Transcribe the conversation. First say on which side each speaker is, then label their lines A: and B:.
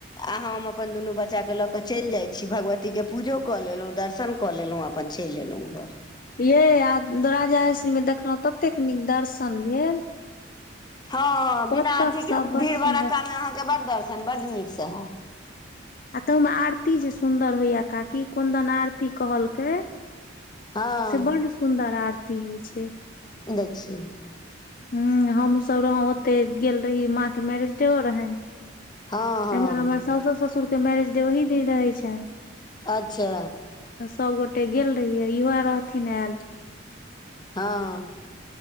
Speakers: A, on the left; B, on the left.
A: आ हम अपन दुनू बच्चा के लऽ कऽ चलि जाइ छी भगवतीके पूजो कऽ लेलहुँ दर्शन कऽ लेलहुँ अपन चलि एलहुँ घर।
B: ये आय द राजा्श्री मे देखलहुँ ततेक नीक दर्शन भेल।
A: हँ बिना
B: बतक
A: अथीके
B: सब बड
A: भीड़
B: सुंदर
A: भड़क्कामे अहाँके बड्ड दर्शन बड्ड नीकसँ हैत।
B: आ तऽ ओहिमे आरती जे सुंन्दर होइया काकी कोनदन आरती कहलकै
A: हँ
B: से बड्ड सुन्दर आरती होइ छै।
A: देखि।
B: ह हम सब रहौ ओतै गेल रही माँ के मैरेज डेओ रहनि।
A: हँ हँ
B: एमहर हमर साउसो ससुरके मैरेज डे ओही दिन रहै छनि।
A: अच्छा
B: त सभगोटे गेल रहियै इहोह रहथिन आयल।
A: हँ